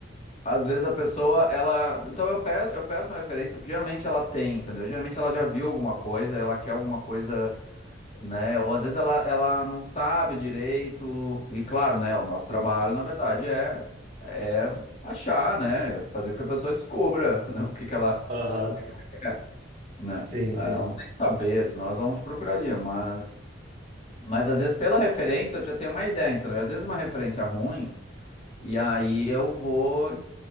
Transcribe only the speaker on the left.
Às vezes a pessoa, ela. Então eu peço, eu peço uma referência, porque geralmente ela tem, entendeu? Geralmente ela já viu alguma coisa, ela quer alguma coisa, né? Ou às vezes ela, ela não sabe direito. E claro, né? O nosso trabalho,
na verdade, é, é achar, né? Fazer com que a pessoa descubra, <laughs> né, o que que ela,
o que que ela quer, né?
Ah,
Ela não tem que saber, senão ela não te procuraria. Mas, mas às vezes pela referência eu já tenho uma ideia, entendeu? Às vezes uma referência ruim. E aí eu vou a